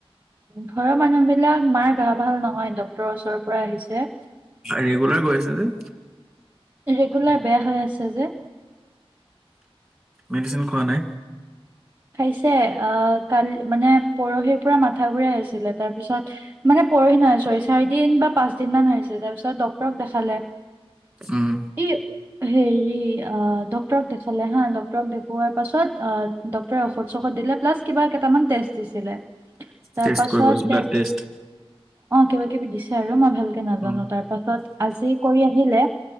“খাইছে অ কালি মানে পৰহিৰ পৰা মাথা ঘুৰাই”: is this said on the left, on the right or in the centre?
Right